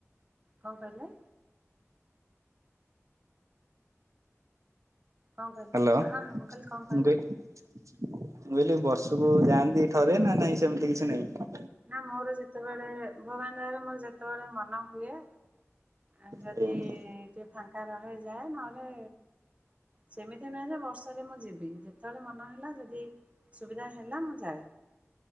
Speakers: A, on the right; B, on the right.
A: କଣ କହିଲେ? କଣ କହିଲେ
B: ହ୍ୟାଲୋ।
A: ହଁ ହଁ ମୁଁ କହିଲି କଣ କହିଲ
B: ମୁଁ କହିଲି ମୁଁ କହିଲି ବର୍ଷକୁ ଯାଆନ୍ତି ଥରେ ନା ନାଇଁ ସେମିତି କିଛି ନାହିଁ।
A: ନା ମୋର ଯେତେବେଳେ ଭଗବାନ ଦୟାରୁ ମୋର ଯେତେବେଳେ ମନ ହୁଏ। ଆ ଯଦି
B: ଆଜ୍ଞା
A: ଟିକେ ଫାଙ୍କା ରହେ ଯାଏ ନହେଲେ ସେମିତି ନୁହେଁ ଯେ ବର୍ଷରେ ମୁଁ ଯିବି। କେତେ ବେଳେ ମନ ହେଲା ଯଦି ସୁବିଧା ହେଲା ମୁଁ ଯାଏ।